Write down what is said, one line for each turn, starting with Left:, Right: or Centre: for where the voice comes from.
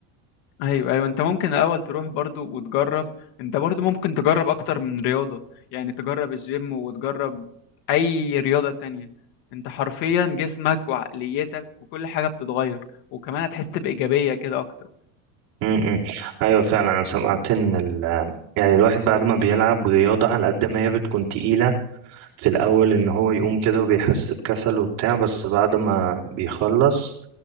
Left: ايوه ايوه انت ممكن الاول تروح برضو وتجرب انت برضو ممكن تجرب اكتر من رياضه يعني تجرب الجيم وتجرب اي رياضه تانية انت حرفيا جسمك وعقليتك وكل حاجه بتتغير وكمان هتحس بايجابيه كده اكتر
Right: امم ايوه فعلا انا سمعت ان ال يعني الواحد بعد ما بيلعب رياضة على قد ما هي بتكون تقيلة في الأول إن هو يقوم كده وبيحس بكسل وبتاع بس بعد ما بيخلص